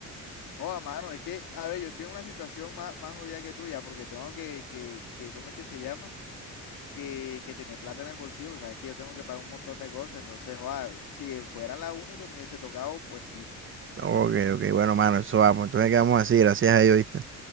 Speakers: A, on the left; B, on the right.
A: Joda, mano, es que, a ver, yo tengo una situación más, más jodida que tuya, porque tengo que, que, que, ¿cómo es que se llama? Que, que tener plata en el bolsillo, pues sabes que yo tengo que pagar un montón de cosas, entonces, joda, si fuera la única que me hubiese tocado, pues sí.
B: Ok, ok, bueno, mano, eso vamos. Entonces, ¿qué vamos a decir? Gracias a Dios, ¿viste?